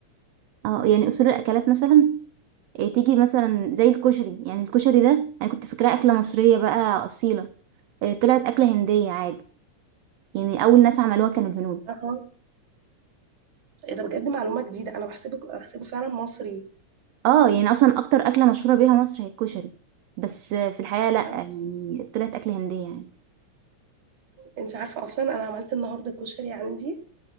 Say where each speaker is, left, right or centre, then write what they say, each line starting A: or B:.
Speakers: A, on the right (about 70°); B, on the right (about 45°).
A: اه يعني اصول الاكلات مثلا إيه، تيجي مثلا زي الكشري يعني الكشري ده انا كنت فاكراه اكلة مصرية بقى اصيلة إيه، طلعت اكلة هندية عادي يعني اول ناس عملوها كانوا الهنود
B: أها. ايه ده بجد معلومه جديده انا بحسبه بحسبه فعلا مصري
A: اه يعني اصلا اكتر اكلة مشهورة بيها مصر هي الكشري بس آه، في الحقيقة لا
B: آه.
A: يعني طلعت اكلة هندية يعني
B: انت عارفه اصلا انا عملت النهارده كشري عندي